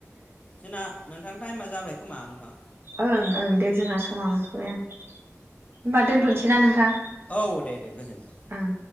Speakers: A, on the left; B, on the right.
A: जोंना नोंथां टाइमा जाबाय खोमा नोंथां।
B: ओं ओं दे जोंहा समाबो होमबा दोनथ'सैना नोंथां।
A: औ दे दे गोजोनथों।
B: ओं